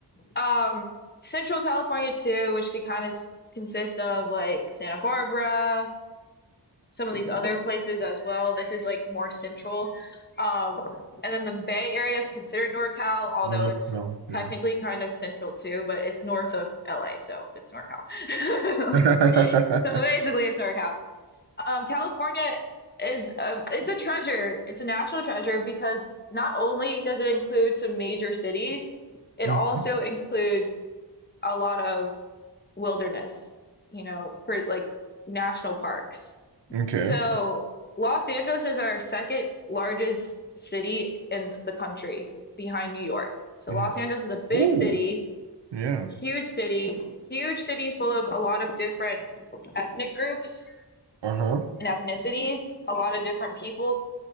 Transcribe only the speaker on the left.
Um, Central California too, which could kind of consist of like Santa Barbara, some of these other places as well. This is like more central. Um, and then the Bay Area is considered NorCal, although
it's
technically
kind of central too, but it's north of LA, so it's NorCal.
<laughs> Like, so basically, it's NorCal. Um, California is a, it's a treasure. It's a national treasure because not only does it include some major cities, it
also includes a lot of wilderness, you know, per, like national parks.
So Los Angeles is our second largest city in the country behind New York. So
Los Angeles is a big
city,
huge city, huge city full of a lot of different ethnic groups
and ethnicities. A lot of different people